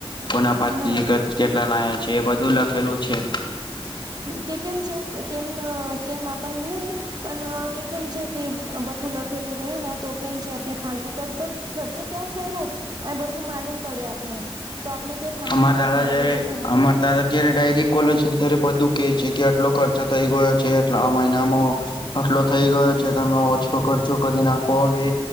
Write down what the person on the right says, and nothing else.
હા
તે કેમ છે તેમમમ આપ નહી પણ તે કેમ છે કે બઠું લખેલું રહેે તો કેમ છે આપને ફતુ કર ખર્ચ ક્યાં થાય રહ્યો આ બઠું માલુમ પડે આપને તો આપને તે થંભાલતા
ભી
આવે
છે ને
હમ